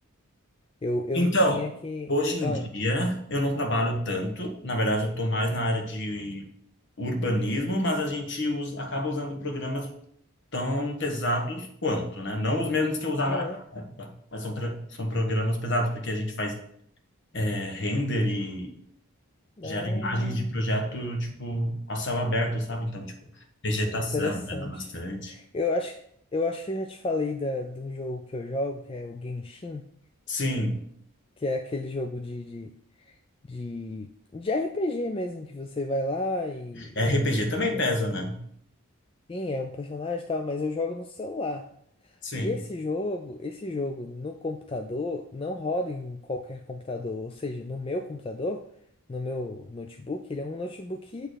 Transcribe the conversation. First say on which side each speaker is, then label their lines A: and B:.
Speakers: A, on the left (about 25°); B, on the left (about 55°).
A: Eu, eu
B: Então,
A: tinha que.
B: hoje em
A: Ah,
B: dia, eu não trabalho tanto. Na verdade, eu estou mais na área de urbanismo, mas a gente usa, acaba usando programas tão pesados quanto, né? Não os mesmos que eu usava
A: ah,
B: naquela
A: é.
B: época, mas são, pro- são programas pesados, porque a gente faz é, render e gera
A: Ah,
B: imagens de projeto, tipo, a céu aberto, sabe? Então, tipo, vegetação
A: interessante.
B: pesa bastante.
A: Eu acho, eu acho que eu já te falei da, de um jogo que eu jogo, que é o Genshin,
B: Sim.
A: que é aquele jogo de, de, de, de RPG mesmo, que você vai lá e,
B: É, RPG
A: e,
B: também
A: e
B: pesa,
A: é um person-
B: né?
A: Sim, é um personagem e tal, mas eu jogo no celular.
B: Sim.
A: E esse jogo, esse jogo no computador, não roda em qualquer computador. Ou seja, no meu computador, no meu notebook, ele é um notebook